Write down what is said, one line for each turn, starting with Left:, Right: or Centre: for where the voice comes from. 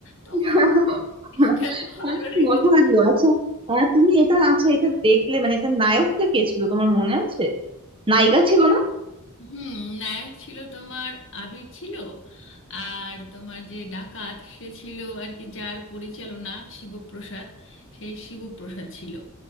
Left: তখন
Right: <laughs>
Left: তো পুলিশটা তো
Right: অনেক
Left: আরো রেগে
Right: মজা
Left: যায়
Right: লাগলো আচ্ছা আহ, তুমি এটা আচ্ছা এটা দেখলে মানে এটা নায়কটা কে ছিল তোমার মনে আছে নায়িকা ছিল না
Left: হুম নায়ক ছিল তোমার আবির ছিল আর তোমার যে ডাকাত সে ছিল আর কি যার পরিচালনা শিবপ্রসাদ সেই শিবপ্রসাদ ছিল